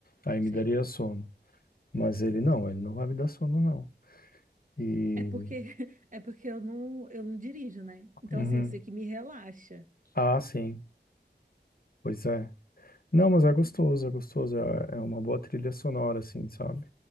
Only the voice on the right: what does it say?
sei.
É porque, <laughs> é porque eu não, eu não dirijo, né? Então,
assim, eu sei que me relaxa.
Uhum.